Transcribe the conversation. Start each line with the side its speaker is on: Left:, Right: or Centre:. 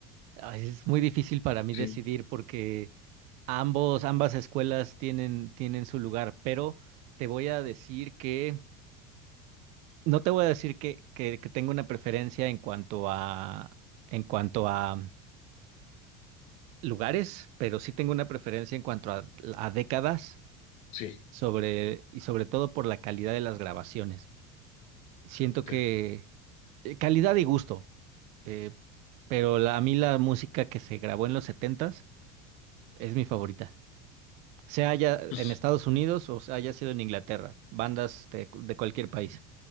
Right: ay, Es muy difícil para mí
Left: Sí,
Right: decidir porque ambos, ambas escuelas tienen, tienen su lugar, pero te voy a decir que, no te voy a decir que, que, que tengo una preferencia en cuanto a, en cuanto a lugares, pero sí tengo una preferencia en cuanto a, a décadas
Left: sí.
Right: sobre, y sobre todo por la calidad de las grabaciones. Siento
Left: Te-
Right: que eh, calidad y gusto. eh, pero la- a mí la música que se grabó en los setentas es mi favorita. Sea haya
Left: Pues
Right: en Estados Unidos o sea haya sido en Inglaterra, bandas de, cu- de cualquier país.